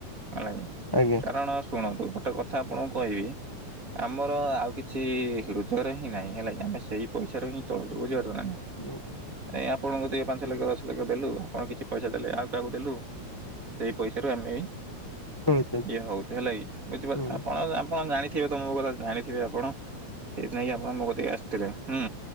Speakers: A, on the right; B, on the left.
A: ହେଲାକି
B: ଆଜ୍ଞା
A: କାରଣ ସୁ ଶୁଣନ୍ତୁ ଗୋଟେ କଥା ଆପଣଙ୍କୁ କହିବି। ଆମର ଆଉ କିଛି ରୋଜଗାର ହିଁ ନାହିଁ ହେଲାକି ଆମେ ସେଇ ପଇସାରୁ ହିଁ ଚଳୁଚୁ ବୁଝିପାରୁଛ ନା ନାଇଁ।
B: ଉଁ।
A: ହେଁଇଁ ଆପଣଙ୍କୁ ଦିଏ ପାଞ୍ଚ ଲକ୍ଷ ଦଶ ଲକ୍ଷ ଦେଲୁ ଆପଣ କିଛି ପଇସା ଦେଲେ ଆଉ କାହାକୁ ଦେଲୁ। ସେଇ ପଇସାରୁ ଆମେ ଇଁ
B: ଚଳୁଛନ୍ତି
A: ଦିଆ ହଉଚି ହେଲାଇ ବୁଝିବାର
B: ହୁଁ
A: ଆପଣ ଆପଣ ଜାଣିଥିବେ ତ ମୋ କଥା ଜାଣିଥିବେ ଆପଣ। ସେଇଥିିନାଗୀ ଆପଣ ମୋ କତିକି ଆସିଥିଲେ ହୁଁ।